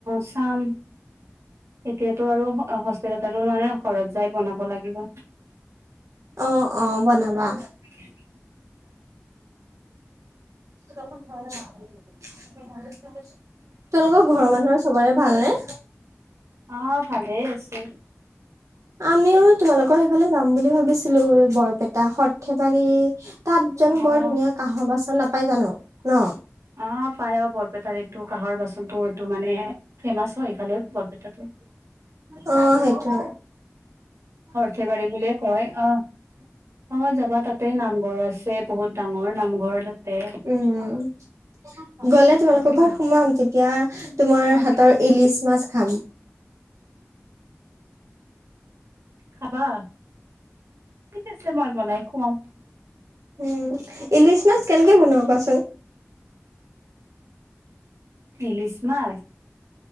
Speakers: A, on the right (about 70°); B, on the right (about 85°).
A: চাম এতিয়াতো আৰু হস্পিটত আৰু নানে ঘৰত যাই বনাব লাগিব
B: অ অ বনাবা
A: উ
B: কাপ <unintelligible> তোলোকৰ ঘৰৰ মানুহৰ চবৰে ভালনে
A: অ ভালেই আছে
B: আমিও তোমালোকৰ সেইফালে যাম বুলি ভাবিছিলো বৰপেটা সৰ্থেবাৰী তাত জানো
A: অ',
B: বৰ ধুনীয়া কাহৰ বাচন নাপায় জানো ন
A: অ পায় অ বৰপেটাত এইটো কাঁহৰ বাচনটো এইটো মানে ফেমাছ হয় ইফালে বৰপেটাটো
B: অ সেইটো
A: অৰ্থেব়ী বুলিয়ে কয় অ অ যাবা তাতে নামঘৰ আছে বহুত ডাঙৰ নামঘৰ তাতে
B: উম গলে তোমালোকৰ
A: তাতেও
B: ঘৰত
A: যাবা।
B: সোমাম তেতিয়া তোমাৰ
A: আহ
B: হাত ইলিচ মাছ খাম
A: খাবা ঠিক আছে মই বনাই খুৱাম
B: উম ইলিছ মাছ কেনেকে বনোৱা কোৱাচোন
A: ইলিছমাছ